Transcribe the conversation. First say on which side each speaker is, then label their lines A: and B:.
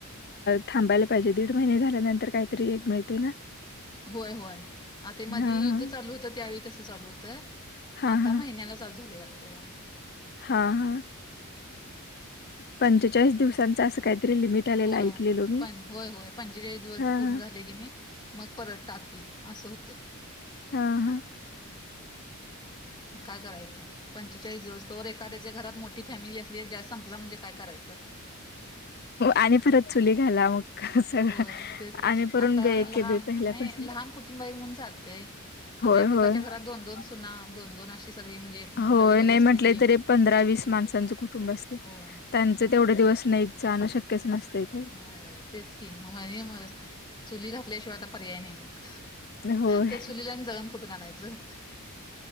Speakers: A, on the left (about 45°); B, on the left (about 20°).
A: थांबायला पाहिजे दीड महिने झाल्यानंतर काहीतरी एक मिळते ना.
B: होय होय आता मधी
A: हां,
B: युद्ध
A: हां.
B: चालू होतं त्यावेळी तसं चालू होतं.
A: हां,
B: आता
A: हां.
B: महिन्याला चालू झाली वाटतं.
A: हा हा. पंचेचाळीस दिवसांचं असं काहीतरी लिमिट. आलेलं
B: होय
A: ऐकलेलो मी.
B: पण होय होय पंचेचाळीस दिवस
A: हां,
B: पूर्ण
A: हां.
B: झाले की नाही. मग परत टाकी असं होतं.
A: हा हां.
B: मग काय करायचं. पंचेचाळीस दिवस तरवर एका त्याच्या घरात मोठी फॅमिली असली जास्त संपला म्हणजे काय करायचं.
A: आणि पररत. चुली घाला मग सगळं
B: होय तेच की
A: आणि परून
B: आता
A: बी एके
B: लहान
A: बी पहिल्यापासून.
B: नाही लहान कुटुंब आहे म्हणून चालतंय. आता
A: होय,
B: एकेकाच्या
A: होय.
B: घरात दोन दोन सुना दोन दोन अशी सगळी म्हणजे. मुलं
A: होय
B: वगैरे
A: नाही
B: असली
A: म्हटलं
B: की
A: तरी पंधरा वीस माणसांचं कुटुंब असते
B: होय
A: त्यांच तेवढे
B: मग
A: दिवस नाही णू शक्यच नसतं इथ
B: अर तेच की मग म म चुली घातल्याशिवाय आता पर्याय नाही मग
A: होय.
B: त्या चलीलान जळम कुठून आणायचं